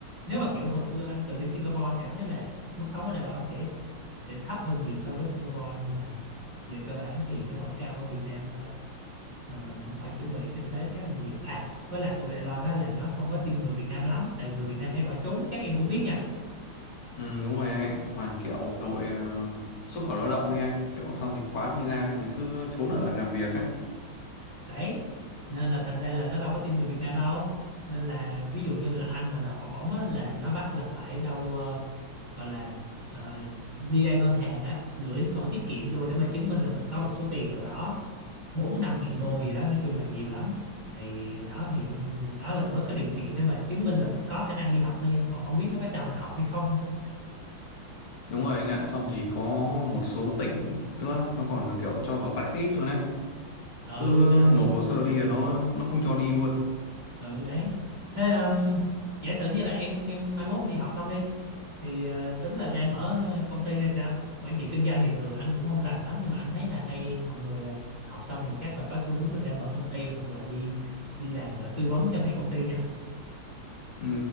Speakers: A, on the right (about 20°); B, on the left (about 80°).
A: nếu mà kiểu hồi xưa anh từng đi Singapore thì anh thấy là mức sống ở Đài Loan sẽ sẽ thấp hơn nhiều so với Singapore nhưng mà về cơ bản thì nó vẫn cao hơn Việt Nam và mà mình cũng phải chuẩn bị kinh tế khá là nhiều à với lại tụi Đài Loan á là nó không có tin người Việt Nam lắm tại vì người Việt Nam hay bỏ trốn á, chắc em cũng biết nhỉ
B: Ừ, đúng rồi anh ạ. Toàn kiểu đội ờ, xuất khẩu lao động ấy anh. Kiểu xong thì quá visa xong thì cứ trốn ở lại làm việc á.
A: đấy nên là thành ra là nó đâu có tin người Việt Nam đâu nên là ví dụ như là anh mà nộp học bổng á, là nó bắt là phải đâu ờ, gọi là ờ, đi ra ngân hàng á gửi sổ tiết kiệm vô để mà chứng minh là mình có một số tiền nào đó bốn năm ngàn đô
B: Ừ,
A: gì đó nói chung là nhiều lắm thì đó thì ừ, đó là mới có điều kiện để mà chứng minh là mình có khả năng đi học thôi nha còn không biết nó có cho mình học hay không nữa
B: đúng rồi anh ạ. Xong thì có một số tỉnh nữa nó còn kiểu cho vào blacklist luôn á.
A: ừ
B: Cứ
A: đấy
B: nộp hồ sơ đi là nó nó không cho đi luôn.
A: ừ đấy thế ừm, giả sử như là em em mai mốt đi học xong đi thì ờ, tính là ra mở ờ, công ty hay sao quản trị kinh doanh thì thường anh cũng không rành lắm nhưng mà anh thấy là hay mọi người ờ, học xong thì chắc là có xu hướng là ra mở công ty hoặc là đi đi làm ờ, tư vấn cho mấy công ty nha
B: Ừ,